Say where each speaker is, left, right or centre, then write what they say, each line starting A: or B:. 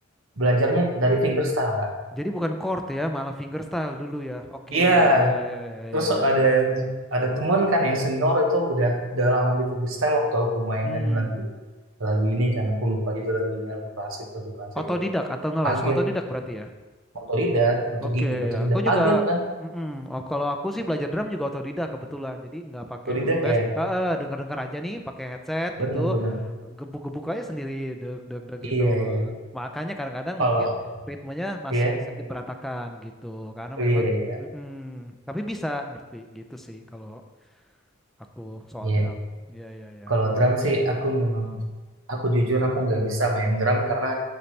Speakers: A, on the right (about 80°); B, in the centre.
A: belajarnya dari fingerstyle kak
B: Jadi bukan chord ya, malah fingerstyle dulu ya. Oke,
A: iya
B: ya ya ya
A: terus
B: ya ya.
A: ada ada teman kan yang senior itu udah udah lama di fingerstyle waktu aku mainkan
B: Hmm,
A: lagu lagu ini kan aku lupa gitu lagunya lagu klasik lagu klasik
B: otodidak
A: gitu
B: atau ngeles?
A: kaget
B: Otodidak berarti ya.
A: otodidak otodidak
B: Oke
A: otodidak
B: ya, aku
A: kaget
B: juga.
A: kan
B: mm-mm. Oh, kalau aku sih belajar drum juga otodidak kebetulan. Jadi nggak pakai
A: otodidak
B: guru les.
A: ya
B: Eh, eh, dengar-dengar aja nih, pakai headset
A: bener
B: gitu,
A: bener
B: gebuk-gebuk aja sendiri, deg-deg-deg
A: iya
B: gitu.
A: iya
B: Makanya kadang-kadang
A: kalau
B: mungkin ritmenya masih
A: iya
B: sedikit berantakan gitu, karena
A: iya
B: memang.
A: iya
B: mm-mm. Tapi bisa ngerti gitu sih kalau aku soal
A: iya
B: drum. Iya iya iya.
A: kalau drum sih aku memang aku jujur aku nggak bisa main drum karena